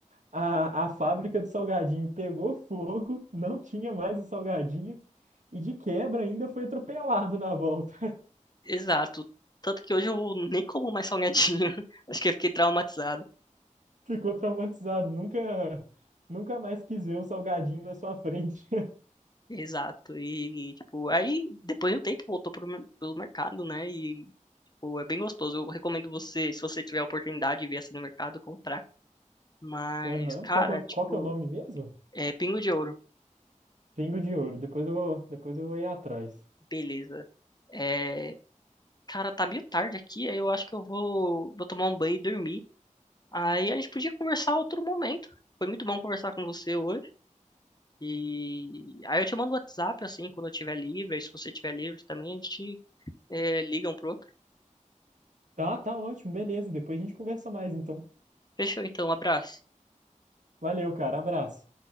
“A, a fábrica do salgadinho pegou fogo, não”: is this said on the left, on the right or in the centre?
Right